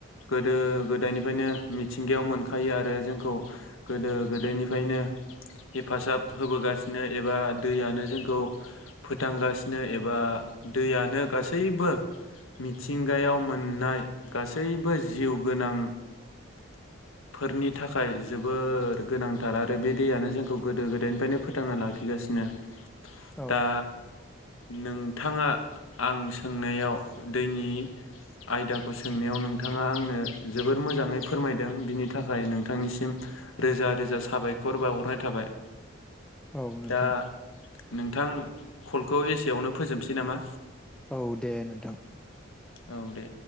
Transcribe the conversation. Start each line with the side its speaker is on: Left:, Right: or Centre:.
Left: गोदो गोदायनिफ्रायनो मिथिंगायाव मोनखायो आरो जोंखौ गोदो गोदायनिफ्रायनो हेफाजाब होबोगासिनो एबा दैयानो जोंखौ फोथांगासिनो एबा दैयानो गासैबो मिथिंगायाव मोननाय गासैबो जिउ गोनांफोरनि थाखाय जोबोर गोनांथार आरो बे दैयानो जोंखौ गोदो गोदायनिफ्रायनो फोथांना लाखिगासिनो।
Centre: औ
Left: दा नोंथाङा आं सोंनायाव दैनि आयदाखौ सोंनायाव नोंथाङा आंनो जोबोर मोजाङै फोरमायदों बिनि थाखाय नोंथांनिसिम रोजा रोजा साबायखर बावहरनाय थाबाय
Centre: औ नोंथां
Left: दा नोंथां कलखौ एसेयावनो फोजोबनोसै नामा
Centre: औ दे नोंथां
Left: औ दे